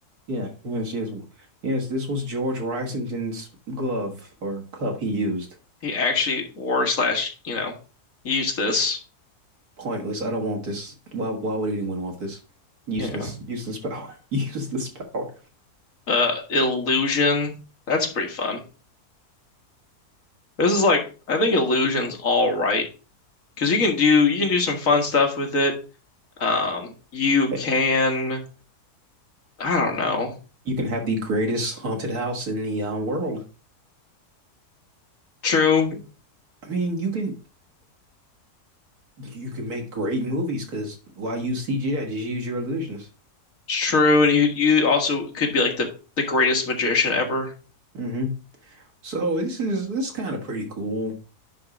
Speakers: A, on the right; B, on the left.
A: Yeah, yes, yes. Yes, this was George Washington's glove or cup he used.
B: He actually wore slash, you know, used this.
A: pointless. I don't want this. Why, why would anyone want this? Useless,
B: Yeah.
A: useless power. <laughs> Useless power.
B: Uh illusion. That's pretty fun. This is like I think illusion's all right. Because you can do you can do some fun stuff with it. Um, you can
A: Yeah,
B: I don't
A: You
B: know.
A: you can have the greatest haunted house in the uh, world.
B: True, it's
A: I mean, you can you can make great movies because why use CGI? Just use your illusions.
B: true, and you you also could be like the the greatest magician ever.
A: hmm So this is this is kind of pretty cool